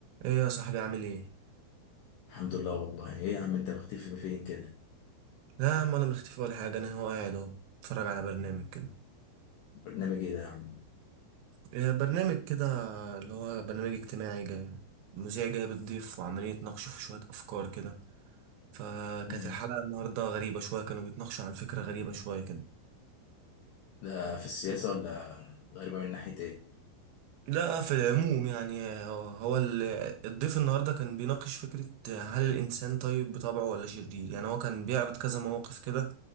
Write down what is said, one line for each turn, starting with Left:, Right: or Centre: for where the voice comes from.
Right: ايه يا صاحبي عامل ايه؟
Left: الحمد لله والله ايه يا عم انت مختفي من فين كده
Right: لا يا عم ولا مختفي ولا حاجة انا هو قاعد اهو اتفرج على برنامج كده
Left: برنامج ايه ده يا عم
Right: إيه برنامج كده اللي هو برنامج اجتماعي جاي مذيع جاي بتضيف وعمالين يتناقشوا في شوية افكار كده فكانت
Left: مم.
Right: الحلقة النهاردة غريبة شوية كانوا بيتناقشوا عن فكرة غريبة شوية كده
Left: ده في السياسة ولا غريبة من ناحية ايه
Right: لا في العموم يعني هو هو ال- الضيف النهارده كان بيناقش فكرة هل الإنسان طيب بطبعه ولا شرير يعني هو كان بيعرض كذا مواقف كده